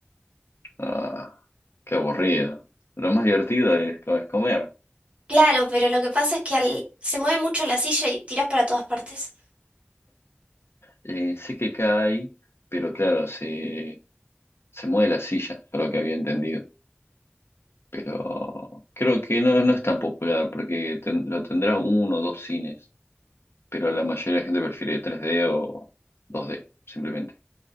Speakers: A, on the left (about 70°); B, on the right (about 25°).
A: Ah, qué aburrido. Lo más divertido es, co- es comer.
B: Claro, pero lo que pasa es que al- se mueve mucho la silla y tiras para todas partes.
A: Eh, sé que cae, pero claro, se, se mueve la silla, yo lo que había entendido. Pero creo que no, no es tan popular, porque ten- lo tendrá uno o dos cines. Pero la mayoría de la gente prefiere tres d o dos d simplemente.